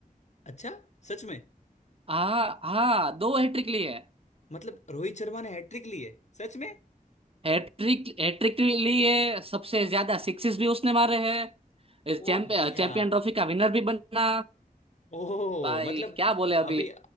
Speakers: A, on the left (about 50°); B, on the right (about 40°).
A: अच्छा सच में
B: हाँ हाँ दो हैट्रिक ली है
A: मतलब रोहित शर्मा ने हैट्रिक ली है सच में
B: हैट्रिक हैट्रिक ली है सबसे ज्यादा सिक्सेस भी उसने मारे हैं चैंप,
A: ओ भैया
B: चैंपियन ट्रॉफी का विनर भी बना
A: ओ
B: भाई
A: मतलब
B: क्या बोले अभी
A: अभी